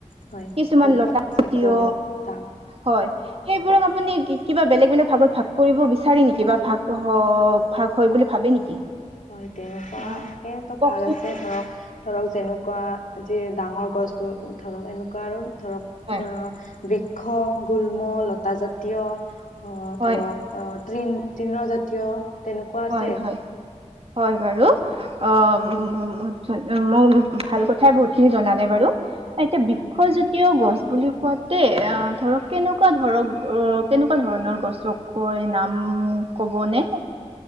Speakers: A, on the left; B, on the right.
A: হয়
B: কিছুমান
A: ঔষধ
B: লতা
A: চাপৰ
B: জাতীয়
A: দাম
B: হয়। সেই সেই বিলাক আপুনি কিবা বেলেগ বেলেগ ভাগত ভাগ কৰিব বিচাৰে নেকি? বা ভাগ অ, ভাগ হয় বুলি ভাবে নেকি
A: হয় তেনেকুৱাকেতো
B: অ', ক
A: ভাগ আছে ধৰক ধৰক, যেনেকুৱা যিয়ে ডাঙৰ গছ বোৰ ধৰক এনেকুৱা আৰু ধৰক,
B: হয়
A: অ বৃক্ষ গুল্ম লতা জাতীয় অ'
B: হয়
A: ধৰক অ' তৃণ তৃণজাতীয় তেনেকুৱা আছে
B: হয়', হয়', হয়', বাৰু অ', ম মই ভাল কথাই বহুতখিনি জনালে বাৰু, এতিয়া বৃক্ষজাতীয়ও
A: হয়
B: গছ। বুলি কোৱাতে অ ধৰক, কেনেকুৱা ধৰক অ, কেনেকুৱা ধৰণৰ গছকৈ নাম উম, ক'বনে?